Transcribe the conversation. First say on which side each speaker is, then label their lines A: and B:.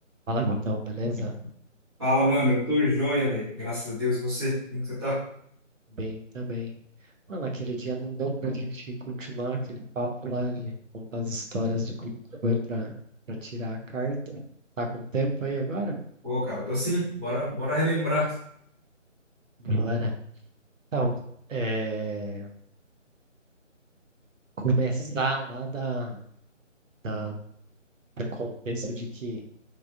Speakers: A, on the right (about 80°); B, on the right (about 20°).
A: Fala, Vitão, beleza?
B: Fala, mano, eu tô joia, velho. Graças a Deus, e você? Como que você tá?
A: Bem também. Mano, aquele dia não deu pra gente continuar aquele papo lá de contar as histórias de como que foi pra, pra tirar a carta. Tá com tempo aí agora?
B: Pô, cara, tô assim Bora, bora relembrar.
A: Bora. Então, é, começar lá da, da, do contexto de que